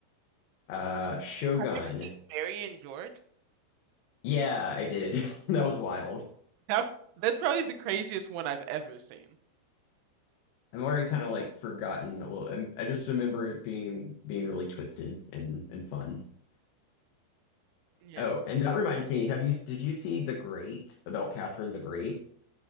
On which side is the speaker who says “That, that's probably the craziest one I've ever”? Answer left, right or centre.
Right